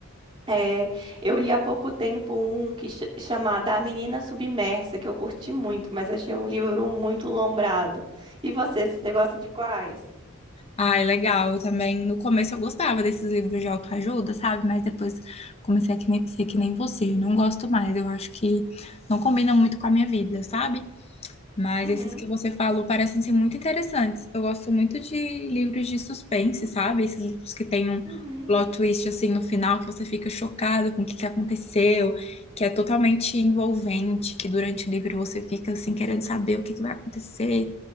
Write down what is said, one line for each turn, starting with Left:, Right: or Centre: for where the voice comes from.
Right: É, eu li há pouco tempo um que ch chamado A Menina Submersa, que eu curti muito, mas achei um livro muito lombrado. E você, você gosta de quais?
Left: Ah, é legal. Eu também, no começo eu gostava desses livros de autoajuda, sabe? Mas depois comecei a que nem- ser que nem você. Eu Não gosto mais. Eu acho que não combina muito com a minha vida, sabe? Mas
Right: Uhum,
Left: esses que você falou parecem ser muito interessantes. Eu gosto muito de livros de suspense, sabe? Esses livros que tem um
Right: uhum.
Left: plot twist assim no final, que você fica chocado com o que que aconteceu, que é totalmente envolvente, que durante o livro você fica assim querendo saber o que que vai acontecer.